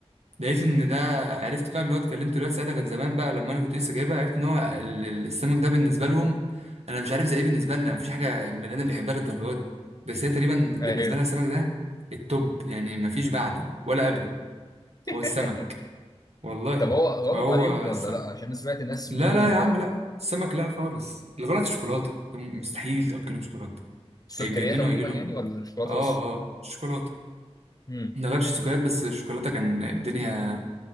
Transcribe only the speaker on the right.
لقيت ان ده عرفت بقى من الواد كلمت الواد ساعتها كان زمان بقى لما انا كنت لسه جايبها عرفت ان هو ال- ال- السمك ده بالنسبه لهم انا مش عارف زي ايه بالنسبه لنا مفيش حاجه البني ادم بيحبها للدرجه دي بس هي تقريبا بالنسبه
لها السمك ده التوب يعني مفيش بعده ولا قبله
هو السمك والله
هو
السمك
لا لا يا
عم لا السمك لا خالص الغلط الشوكولاته ده م- مستحيل تاكلهم شوكولاته
هيتجننوا
هيجي لهم
اه
اه شوكولاته
ما جربتش السكريات بس الشوكولاته كان الدنيا